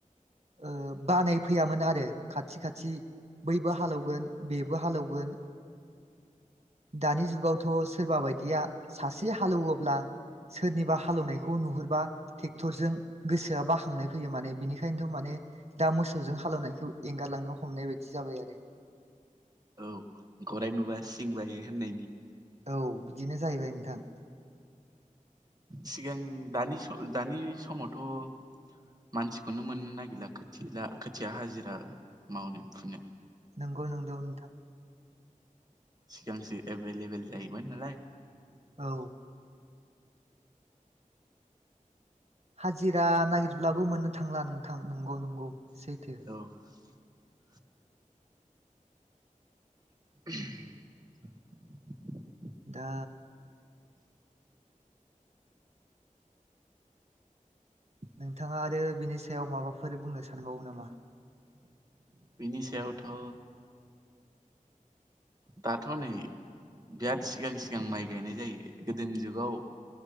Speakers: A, on the right (about 50°); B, on the right (about 25°).
A: ओ बानाय फैयामोन आरो खाथि खाथि बैबो हालौगोन बेबो हालौगोन दानि जुगावथ' सोरबा बायदिया सासे हालौवोब्ला सोरनिबा हालेवनायखौ नुहुरबा ट्रेक्टरजों गोसोआ बाखांनाय फैयो माने बिनिखायनो माने दा मोसौजों हालवनायखौ एंगारलांनो हमनाय बायदि जाबाय आरो
B: औ गराय नुबा सिं बायो होननायनि
A: औ बिदिनो जाहैबाय नोंथां
B: सिगां दानि सम दानि समावथ' मानसिखौनो मोननो नागिरला खोथिला खोथिया हाजिरा मावनो फुनो
A: नंगौ नंगौ नोंथां
B: सिगांसो एभेलेबेल जायोमोन नालाय
A: औ हाजिरा नागिरब्लाबो मोननो थांला नोंथां नंगौ नंगौ। सैथो
B: औ <unintelligible>
A: दा नोंथाङा आरो बिनि सायाव माबाफोर बुंनो सानबावो नामा?
B: बिनि सायावथ' दाथ' नै बिराद सिगां सिगां माइ गायनाय जायो गोदोनि जुगाव